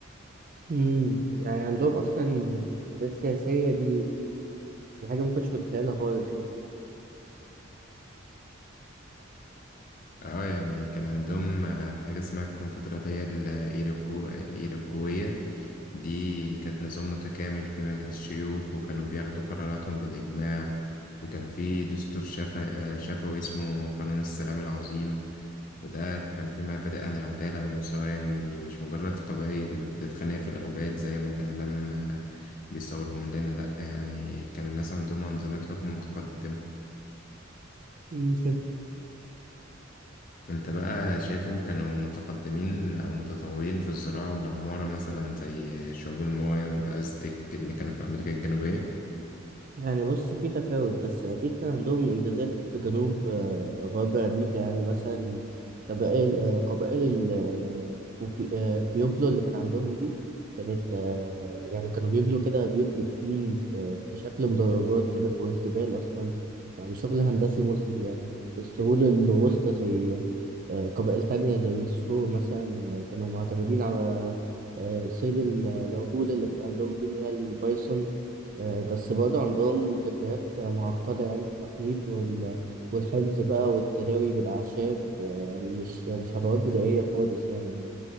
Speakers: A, on the right; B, on the left.
A: امم يعني عندهم أصلا حاجات سياسية دي دي حاجة ما كنتش متخيلها خالص يعني
B: اه يعني كان عندهم آه، حاجة اسمها الكونفدرالية الإيروكو الإيروكوية دي كانت نظام متكامل في مجلس شيوخ وكانوا بياخدوا قراراتهم بالإجماع وكان في دستور شفا- آه، شفوي اسمه قانون السلام العظيم وده كان في مبادئ عن العدالة والمساواة يعني مش مجرد قبائل بتتخانق في الغابات زي ما الإعلام آه، بيصورهم لنا لأ يعني كانوا الناس عندهم أنظمة حكم متقدمة
A: امم
B: انت بقى شايفهم كانوا متقدمين أو متطورين في الزراعة والعمارة مثلا زي شعوب المايا والأزتك اللي كانوا في أمريكا الجنوبية؟
A: يعني بص في تفاوت بس أكيد كان عندهم إنجازات في جنوب آه، غرب أمريكا يعني مثلا قبائل آه، قبائل ال- آه، بوبي- آه، بيوبلو اللي كان عندهم دي كانت آه، يعني كانوا بيبنوا كده بيوت من الطين في في شكل مدرجات كده فوق الجبال أصلا يعني شغل هندسي مذهل يعني في السهول الوسطى زي آه، قبائل تانية زي السور مثلا آه، كانوا معتمدين على آه، صيد ال- العجول اللي كانت عندهم دي اللي هي البايسون آه، بس برضه عندهم تقنيات معقدة يعني في التحنيط وال- والحفظ بقى والتداوي بالأعشاب آه، يعني مش مش خطوات بدائية خالص يعني